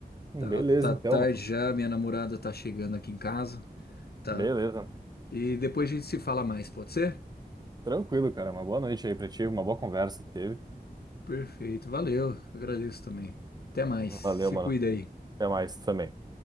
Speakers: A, on the right; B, on the left.
A: Beleza,
B: Tá, tá
A: então,
B: tarde
A: mano.
B: já, minha namorada tá chegando aqui em casa, tá?
A: Beleza.
B: E depois a gente se fala mais, pode ser?
A: Tranquilo, cara. Uma boa noite aí pra ti, uma boa conversa que teve.
B: Perfeito, valeu, eu agradeço também. Até mais,
A: Valeu,
B: se
A: mano.
B: cuida aí.
A: Até mais também.